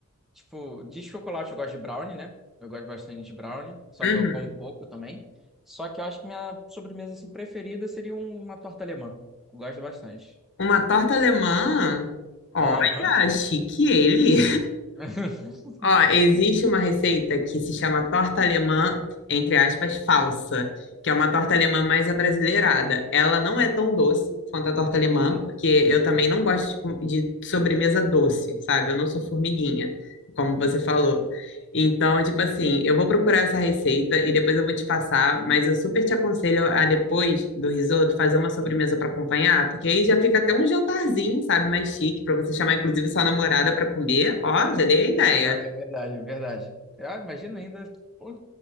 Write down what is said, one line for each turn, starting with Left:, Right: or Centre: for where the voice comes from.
Centre: Tipo, de chocolate eu gosto de brownie, né? Eu gosto bastante de brownie, só
Left: Uhum.
Centre: que eu como pouco também. Só que eu acho que minha sobremesa assim, preferida seria um- uma torta alemã. Eu gosto bastante.
Left: Uma torta alemã? Olha,
Centre: Aham.
Left: chique ele.
Centre: <laughs>
Left: Ó, existe uma receita que se chama torta alemã, entre aspas, falsa, que é uma torta alemã mais abrasileirada. Ela não é tão doce quanto a torta alemã,
Centre: Uhum.
Left: porque eu também não gosto de, com- de sobremesa doce, sabe? Eu não sou formiguinha, como você falou. Então, tipo assim, eu vou procurar essa receita e depois eu vou te passar, mas eu super te aconselho a depois do risoto fazer uma sobremesa para acompanhar, porque aí já fica até um jantarzinho, sabe, mais chique, para você chamar inclusive sua namorada para comer. Ó, já dei a ideia.
Centre: Ah, é verdade, é verdade. Ah, imagina ainda. Pô,